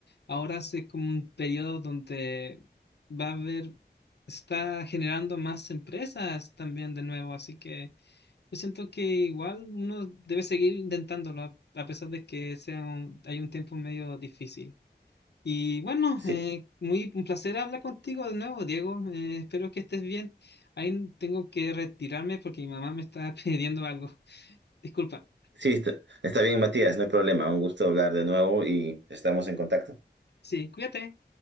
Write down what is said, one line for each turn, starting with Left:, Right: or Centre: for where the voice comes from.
Left: ahora es como un periodo donde va a haber, está generando más empresas también de nuevo, así que yo siento que igual uno debe seguir intentándolo a, a pesar de que sea un- hay un tiempo medio difícil. Y bueno,
Right: Sí,
Left: eh, muy un placer hablar contigo de nuevo, Diego. Eh, espero que estés bien. Ahí tengo que retirarme porque mi mamá me está <laughs> pidiendo algo. Disculpa.
Right: sí, está, está bien, Matías, no hay problema, un gusto hablar de nuevo y estamos en contacto.
Left: Sí, cuídate.